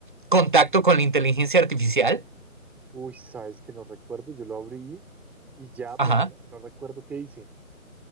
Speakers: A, on the right (about 35°); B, in the centre.
A: contacto con la inteligencia artificial?
B: Uy, sabes que no recuerdo, yo lo abrí y ya, pero
A: Ajá.
B: no, me- no recuerdo qué hice.